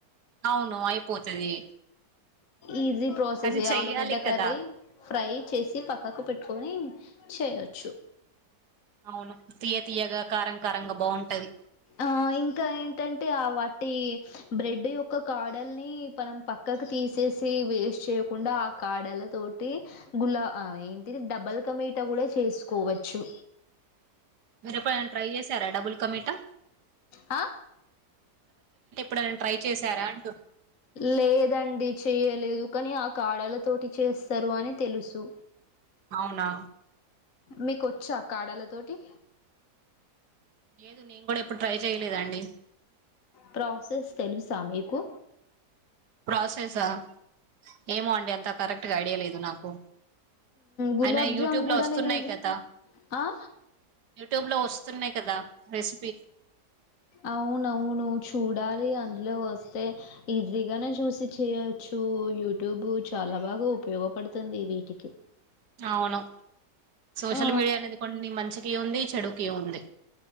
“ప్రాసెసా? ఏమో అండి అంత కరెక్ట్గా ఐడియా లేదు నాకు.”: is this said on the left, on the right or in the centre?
Right